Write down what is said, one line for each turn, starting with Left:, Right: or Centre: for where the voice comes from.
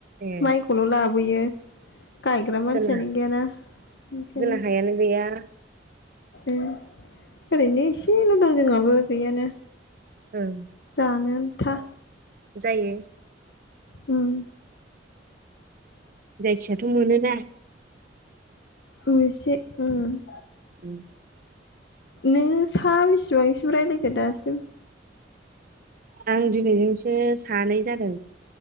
Right: ए
Left: माइखौल' लाबोयो। गायग्रा मानसियानो
Right: जोंना
Left: गैया ना ओंखायनो।
Right: जोंना हायानो गैया
Left: ओम ओरैनो इसेल' दं जोंङाबो गैयानो।
Right: उम।
Left: जानो आन्था।
Right: जायो
Left: उम
Right: गायसिगोन? मोनोना
Left: उम इसे उम
Right: उम।
Left: नों सा बेसेबांसिम रायलायखो दासिम?
Right: आं दिनैजोंसो सानै जादों।